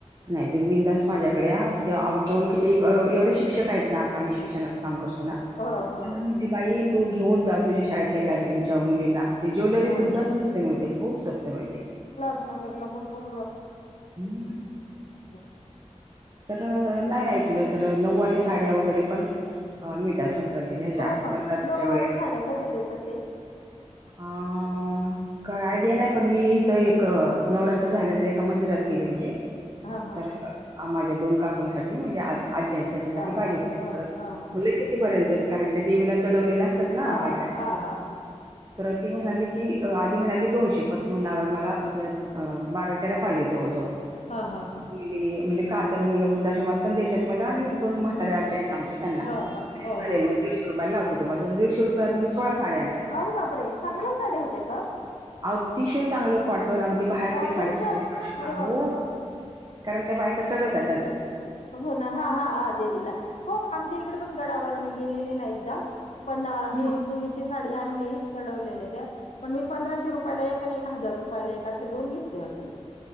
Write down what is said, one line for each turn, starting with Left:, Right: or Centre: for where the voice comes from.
Right: नाही तूमी बिंदास माझ्याकडे या, ते आमच्या ओळखीचे एव एवढे शिक्षक आहेत ना आम्ही शिक्षणाचं काम करतो ना.
Left: ह ह
Right: हम्म. ते बाई तू घेऊन जा तुझ्या शाळेतल्या गॅदरिंगच्या मुलींना. ते ज्वेलरी
Left: ह ह
Right: सुद्धा स्वस्त मिळते खूप स्वस्त मिळते.
Left: नगरला भरपूर
Right: हम्म.
Left: <unintelligible>
Right: तर नाही ऐकलं तर नऊवारी साड्या वगैरे पण- अ मिळतात संक्रांती ह्याच्या
Left: हो का
Right: नवरात्रीच्या
Left: नऊवारी
Right: वेळेला.
Left: साड्या कशा देतात ते
Right: अ काय आयडिया नाही पण मी इथ एक नवरात्री झाल्यांनंतर एक मंदिरात गेले होते
Left: हा हा
Right: तर माझ्या दोन काकुसाठी म्हणजे आज्या हेत त्यांच्यासाठी
Left: हा
Right: पाहिजे होत
Left: हा
Right: तर
Left: हा हा
Right: उलेखित. ते पर्यंत कारण त्या देवीला चढवलेल्या असतात ना
Left: हा
Right: बायका
Left: हा हा हा
Right: तर ती म्हणाली, की आधी म्हणाली दोनशे परत म्हणल मला बारा तेरा पाहिजे जवळ जवळ.
Left: हा हा हा
Right: हे म्हणल का तर मलं वृद्धाश्रमात पण द्यायच्यात मला आणि दोन म्हातार्या आज्या हाइत आमच्या त्यांना.
Left: हा ह हो
Right: चालेल
Left: हो
Right: म दीडशे रुपयाला लावतो म दीडशे रुपयात मी सोळा साड्या आणल्या.
Left: अरे बापरे चांगल्या साड्या होत्या का
Right: अतिशय चांगलं कॉटन अगदी बाहेरच्या
Left: कॉटनच्या
Right: साड्या पेक्षाही
Left: अरे बापरे
Right: हो. कारण त्या बायका चढवत्यात.
Left: हो ना हा हा हा देवीला. हो आमच्या इकडे पण गडावर मी गेलेली ना एकदा पण
Right: हं
Left: मी देवी ची साडी आणली चढवलेल्या त्या, पण मी पंधराशे रुपयाला एक आणि एक हजार रुपयाला एक अशा दोन घेतल्या होत्या मी.